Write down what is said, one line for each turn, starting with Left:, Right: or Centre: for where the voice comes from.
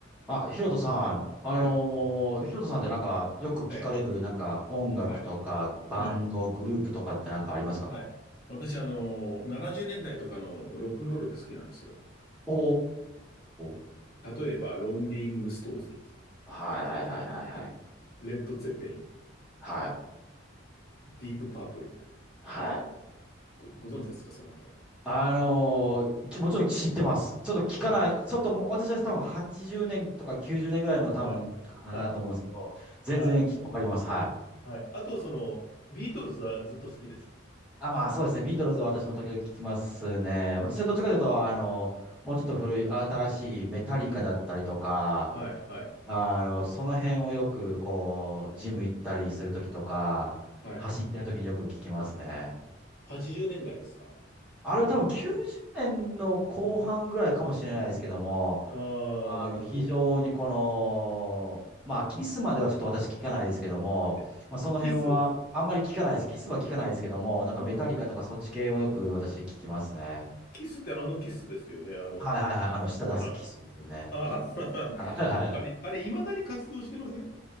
Centre: あ、ヒロトさん、あの
Left: はい。
Centre: ー、ヒロトさんってなんか、よく聞かれる、
Left: ええ
Centre: なんか、音楽とか、
Left: はい。
Centre: バンド、
Left: はい。
Centre: グループとかってなんかありますか
Left: はい。私、あの、70年代とかのロックンロールが好きなんですよ。
Centre: おー、
Left: 例えば、ロンリング・ストーンズ、
Centre: はいはいはいはいはい。
Left: レッド・ツェッペリン、
Centre: はい、
Left: ディープ・パープル。
Centre: はい。
Left: ご、ご存知ですか、そのあたり。
Centre: あのー、きもちろん知ってます。ちょっと聞かない、
Left: はい。
Centre: ちょっともう、私は多分80年とか90年ぐらいの多分、
Left: はい。
Centre: かなと思うんですけど、
Left: はい。
Centre: 全然きわかります。
Left: はい。
Centre: はい。
Left: はい。あと、その、ビートルズはずっと好きです。
Centre: あ、まあそうですね、ビートルズは私も時々聞きますね。
Left: うんうんうん。
Centre: 私はどっちかというと、あのもうちょっと古い、新しいメタリカだったりとか、
Left: うん。はい、はい、
Centre: あの、その辺をよく、こう、ジム行ったりするときとか、
Left: はい。
Centre: 走ってるときによく聞きますね。
Left: 80年代ですか。
Centre: あれは多分90年の後半ぐらいかもしれないですけども、
Left: ああ、
Centre: あの、
Left: なるほど。
Centre: 非常にこの、まあ、キスまではちょっと私聞かないですけども、
Left: え、
Centre: まあ、その辺はあんまり聞かないです。
Left: キス
Centre: キスは聞かないですけども、なんかメタリカとかそっち系はよく私聞きますね。
Left: うん。キスってあのキスですよね。あの、
Centre: はいはいはい。あの、舌出すキスですよね。
Left: あ、ああ、
Centre: はいはいはい。
Left: <laughs> あれ、あれ、未だに活動してません